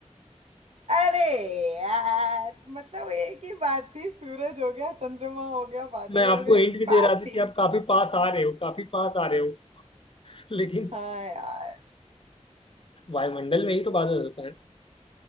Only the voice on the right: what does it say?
अरे यार मतलब एक ही बात थी सूरज हो गया चंद्रमा हो गया बादल
हो गए
पास
थी
हाँ यार